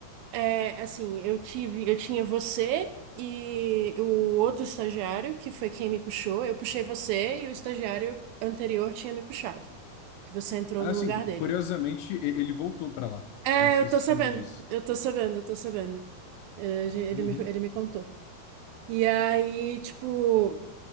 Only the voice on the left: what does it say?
Ah,
Assim,
cu-
curiosamente, e- ele voltou para lá.
Não sei
se
você
soube disso.
Uhum,